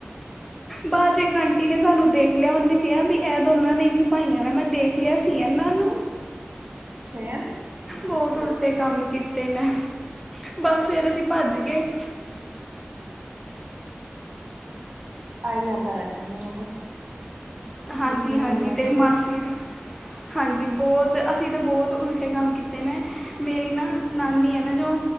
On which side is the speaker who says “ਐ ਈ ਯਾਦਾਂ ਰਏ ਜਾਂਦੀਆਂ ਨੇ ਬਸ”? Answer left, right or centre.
Right